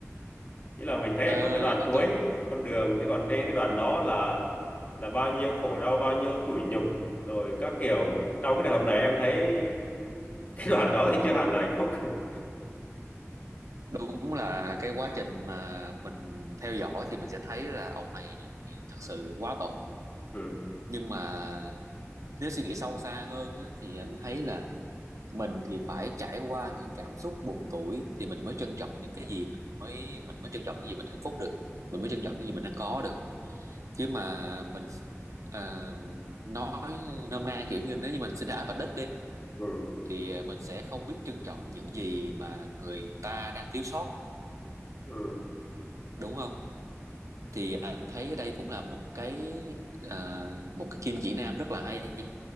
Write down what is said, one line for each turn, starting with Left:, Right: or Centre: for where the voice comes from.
Left: Ý là mình thấy
Right: ờ,
Left: hạnh phúc cái đoạn
Right: nói
Left: cuối
Right: chung
Left: con đường chứ còn trên
Right: ừ.
Left: cái đoạn đó là là bao nhiêu khổ đau, bao nhiêu tủi nhục rồi các kiểu. Trong cái trường hợp này em thấy <laughs> cái đoạn đó thì chưa hẳn là hạnh phúc. <laughs>
Right: đúng là cái quá trình mà mình theo dõi thì mình sẽ thấy là ông này thật sự quá tội
Left: Ừ.
Right: nhưng mà nếu suy nghĩ sâu xa hơn á, thì anh thấy là mình thì phải trải qua những cảm xúc buồn tủi thì mình mới trân trọng những cái gì mình mới mình mới trân trọng những gì mình hạnh phúc được mình
Left: Ừ.
Right: mới trân trọng những gì mình đang có được chứ mà mình à, nói nôm na kiểu như nếu như mình sinh ra ở vạch đích đi
Left: Ừ.
Right: thì mình sẽ không biết trân trọng những gì mà người ta đang thiếu sót
Left: Ừ.
Right: đúng không thì anh thấy đây cũng là một cái à, một cái kim chỉ nam rất là hay